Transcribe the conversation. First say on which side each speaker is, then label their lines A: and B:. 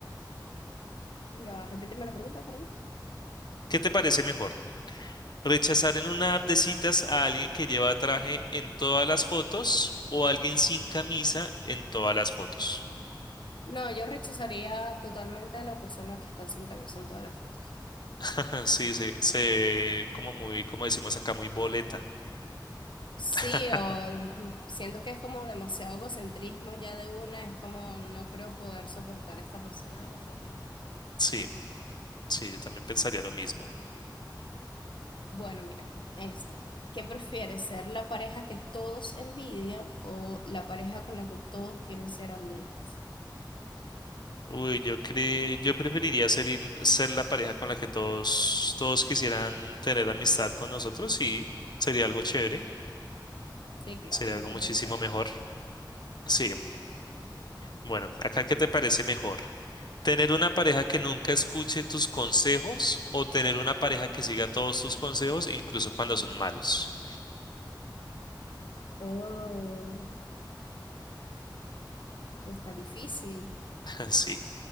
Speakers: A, on the left; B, on the left.
A: Ya, repíteme la pregunta, perdón.
B: ¿Qué te parece mejor? Rechazar en una app de citas a alguien que lleva traje en todas las fotos o alguien sin camisa en todas las fotos.
A: No, yo rechazaría totalmente a la persona que está sin camisa en todas las fotos.
B: <laughs> Sí, sí, se como muy, como decimos acá, muy boleta.
A: Sí,
B: <laughs>
A: o mm, siento que es como demasiado egocentrismo ya de una, es como no creo poder soportar a esta persona demasiado tiempo.
B: Sí, sí, yo también pensaría lo mismo.
A: Bueno, mira, esta. ¿Qué prefieres, ser la pareja que todos envidian o la pareja con la que todos quieren ser amigos?
B: Uy, yo cre- yo preferiría ser, il- ser la pareja con la que todos, todos quisieran tener amistad con nosotros y sería algo chévere,
A: Sí, claro,
B: sería
A: yo
B: algo
A: también
B: muchísimo
A: creo.
B: mejor. Sí, bueno, acá, ¿qué te parece mejor? Tener una pareja que nunca escuche tus consejos o tener una pareja que siga todos tus consejos, incluso cuando son malos.
A: Oh, está difícil.
B: <laughs> Sí.